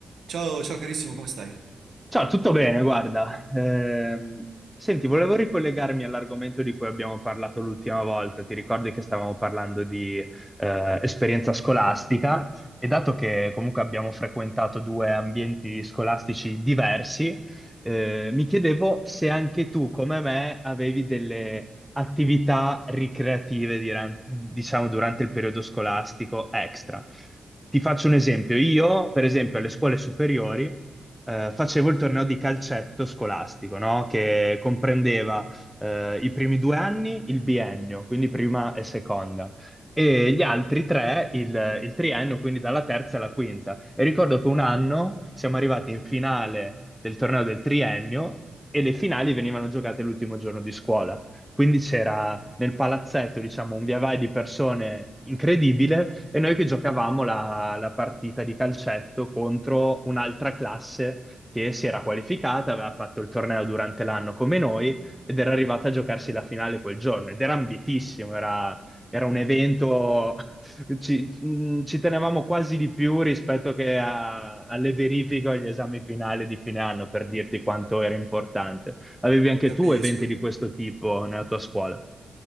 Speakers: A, on the right; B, in the centre.
A: Ciao, ciao carissimo, come stai?
B: Ciao, tutto bene, guarda. Ehm, senti, volevo ricollegarmi all'argomento di cui abbiamo parlato l'ultima volta. Ti ricordi che stavamo parlando di eh, esperienza scolastica e dato che comunque abbiamo frequentato due ambienti scolastici diversi, eh, mi chiedevo se anche tu, come me, avevi delle attività ricreative, diran- diciamo, durante il periodo scolastico extra. Ti faccio un esempio. Io, per esempio, alle scuole superiori eh, facevo il torneo di calcetto scolastico, no? Che comprendeva eh, i primi due anni il biennio, quindi prima e seconda, e gli altri tre il, il triennio, quindi dalla terza alla quinta. E ricordo che un anno siamo arrivati in finale del torneo del triennio e le finali venivano giocate l'ultimo giorno di scuola. Quindi c'era nel palazzetto, diciamo, un via vai di persone incredibile e noi che giocavamo la, la partita di calcetto contro un'altra classe che si era qualificata, aveva fatto il torneo durante l'anno come noi ed era arrivata a giocarsi la finale quel giorno ed era ambitissimo, era, era un evento, <laughs> ci, mh, ci tenevamo quasi di più rispetto che a- alle verifiche o agli esami finali di fine anno per dirti quanto era importante. Avevi anche
A: Capisco.
B: tu eventi di questo tipo nella tua scuola?